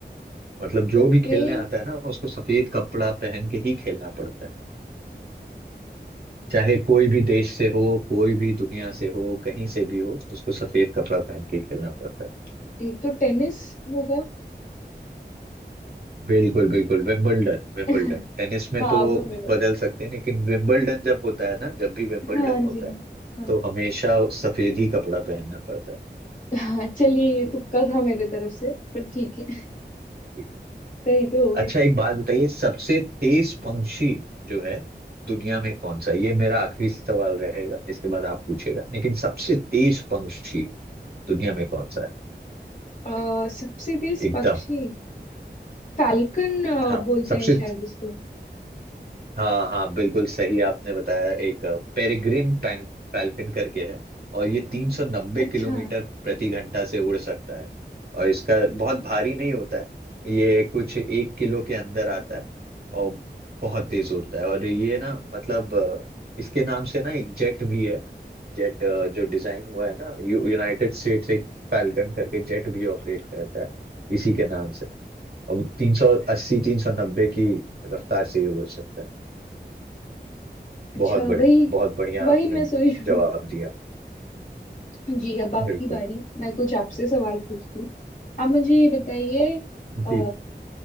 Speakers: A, on the right; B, on the left.
A: मतलब जो
B: तो फिर
A: भी खेलने आता है ना उसको सफेद कपड़ा पहन के ही खेलना पड़ता है चाहे कोई भी देश से हो कोई भी दुनिया से हो कहीं से भी हो उसको सफेद कपड़ा पहन के खेलना पड़ता है
B: एक तो टेनिस होगा
A: बिल्कुल बिल्कुल विंबलडन विंबलडन
B: <laughs>
A: टेनिस में
B: हाँ
A: तो
B: विंबलडन
A: बदल सकते हैं लेकिन विंबलडन जब होता है ना जब भी विंबलडन
B: हाँ
A: होता
B: जी
A: है
B: हाँ
A: तो हमेशा सफेद ही कपड़ा पहनना पड़ता है
B: हाँ हाँ चलिए ये
A: ठीक
B: तुक्का
A: है
B: था मेरे तरफ से पर ठीक है
A: ठीक
B: सही तो हो
A: अच्छा
B: गया
A: एक बात बताइए सबसे तेज पंक्षी जो है दुनिया में कौन सा है? ये मेरा आखिरी सवाल रहेगा इसके बाद आप पूछेगा लेकिन सबसे तेज पंक्षी दुनिया में कौन सा है
B: अ, सबसे तेज
A: एकदम
B: पक्षी फैल्कन
A: हाँ
B: बोलते
A: सबसे
B: हैं शायद इसको
A: हाँ हाँ बिल्कुल सही आपने बताया एक पेरिग्रिन पैंक फैल्कन करके है और ये 390
B: अच्छा
A: किलोमीटर प्रति घंटा से उड़ सकता है और इसका बहुत भारी नहीं होता है ये कुछ एक किलो के अंदर आता है और बहुत तेज उड़ता है और ये ना मतलब अ, इसके नाम से ना एक जेट भी है जेट जो डिजाइन हुआ है ना यू, यूनाइटेड स्टेट्स एक फैल्कन करके जेट भी ऑपरेट करता है इसी के नाम से अब 380 390 की रफ्तार से ये उड़ सकता है
B: अच्छा
A: बहुत बड़े
B: वही
A: बहुत बढ़िया
B: वही
A: आपने
B: मैं सोच रही हूँ
A: जवाब दिया
B: जी अब आपकी
A: बिल्कुल
B: बारी मैं कुछ आपसे सवाल पूछती हूँ आप मुझे ये बताइए
A: जी
B: अ,